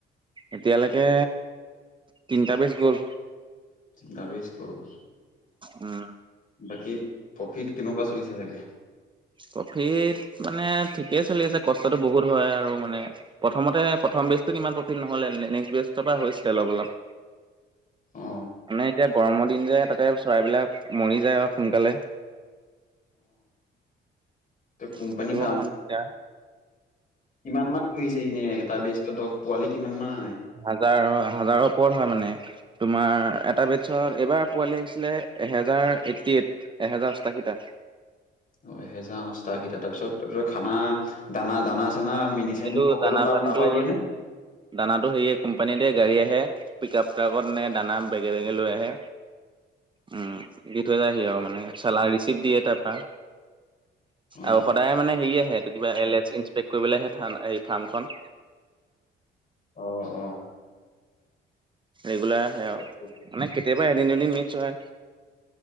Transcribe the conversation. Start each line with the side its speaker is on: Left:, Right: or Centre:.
Right: এতিয়ালৈকে তিনিটা বেজ গ'ল
Left: দাবিজ্ কুল
Right: উম
Left: বাকী প্ৰফিট কেনেকুৱা চলিছে চাগে
Right: প্ৰফিট মানে ঠিকেই চলি আছে কষ্টতটো বহুত হয় আৰু মানে প্ৰথমতে প্ৰথম বেজটোত ইমান প্ৰফিট নহলে নেক্সট বেজৰ পৰা হৈছে অলপ অলপ
Left: অ
Right: মানে এতিয়া গৰমৰ দিন যে তাতে চৰাইবলাক মৰি যায় আৰু সোনকালে
Left: ত কোম্পনি
Right: সেইটো
Left: ফাৰ্ম
Right: অকমান দিগদাৰ।
Left: কিমান মান পঢহিছে এনে এটা ব্যস্তত পোৱালি কিমান মান আনে
Right: হাজাৰ হাজাৰৰ ওপৰত হয় মানে তোমাৰ এটা বেডছত এইবাৰ পোৱালি আহিছিলে এহেজাৰ এইট্টি এইট এেজাৰ সস্তা কেইটা
Left: অ এহেজাৰ অষ্টাশীটা তাৰপিছত তাৰপিছত খানা দানা দানা ানা মেডিচিন
Right: এইটো
Left: সকলো
Right: দানা
Left: ত
Right: পানীটো
Left: তাৰ পৰাই দিয়ে নে
Right: দানাটো সেয়ে কোম্পানীতে গাড়ী আহে পিক আপ ট্ৰাকত নে দানা বেগে বেগে লৈ আহে উম দি থৈ যায়হি আৰু মানে চালা ৰিচিপ্ট দিয়ে তাৰপৰা
Left: অ
Right: আৰু সদায় মানে হেৰি আহেটো কিবা এল এ ইনসপেক্ট কৰিবলৈ আহে থ এই ফাৰ্মখন
Left: অ অ
Right: ৰেগুলাৰ আহে
Left: ঠিকে
Right: আৰু
Left: আছে।
Right: মানে কেতিয়াবা এদিন এদিন মছ হয়